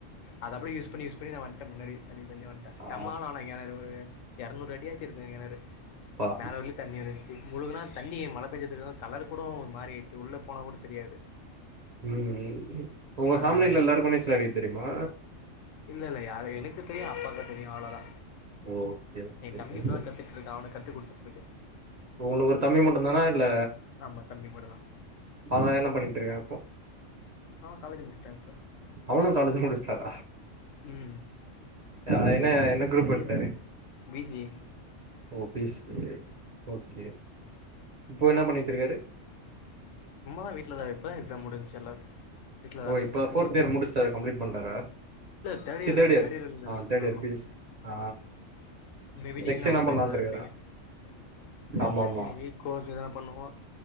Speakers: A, on the left; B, on the right.
A: அத அப்டியே யூஸ் பண்ணி யூஸ் பண்ணி வந்ட்ட முன்னாடி தள்ளி தள்ளி வந்
B: ஆ
A: சமா ஆள ஆனா கெணறு ஒரு எரநூறு அடியாச்சு இருக்கு கெணறு
B: அப்பா
A: மேலே வரைக்கு தண்ணி இருந்ச்சு முழுகுனா தண்ணி மழ பெஞ்சதுக்கு கலர் கூட மாறி ஆய்ட்ச்சி உள்ள போனா கூட தெரியாது
B: ம் ம் ம் உங்க ஃபேமிலில
A: அந்த மாரி
B: எல்லாருக்கு நீச்சல் அடிக்க தெரியுமா
A: இல்ல இல்ல யாரு எனக்கு தெரியு எ அப்பாவுக்கு தெரியு அவ்வளோதா
B: ஓகே ஓகே
A: எ தம்பி இப்பதா கத்துக் ருக்கா அவனுக்கு கத்து குடுத்துட்டு இருக்கே
B: உங்களுக்கு ஒரு தம்பி மட்டுதானா இல்ல
A: ஆமா தம்பி மட்டுந்தா
B: அவ என்ன பண்ணிட்டு இருக்கா இப்போ
A: ஆ காலேஜ் முடிச்ட்டா இப்ப
B: அவனு காலேஜு முடிச்ட்டாரா
A: ம்
B: அ என்ன என்ன குரூப்
A: த்ரீ
B: எடுத்தாரு
A: இயர்ஸ் பி சி ஏ
B: ஓ பிஸ்ல் ஓகே இப்போ என்ன பண்ணிட்டு இருக்காரு
A: சும்மாதா வீட்டுல தா இப்போதா எக்ஸாம் முடிச்சி எல்லா வீட்லதா
B: ஓ
A: இருக்கா
B: இப்ப ஃபோர்த் இயர் முடிச்டாரு கம்ப்லீட் பண்டாரா
A: தேர்ட்
B: சி தேட்
A: தான
B: இயர்
A: தேர்ட்
B: அ
A: தான
B: தேட்
A: ஆமா
B: இயர் பிஸ் ஆ
A: மேபி நீங்களு
B: நெக்ஸ்ட்
A: அவ
B: என்ன பண்ணலான்ட்டு
A: பயச்சாதா
B: இருக்காரா
A: இருப்பீங்க தெர்ல
B: ஆமா ஆமா
A: மேபி கோர்ஸ் எதான பண்ணுவோ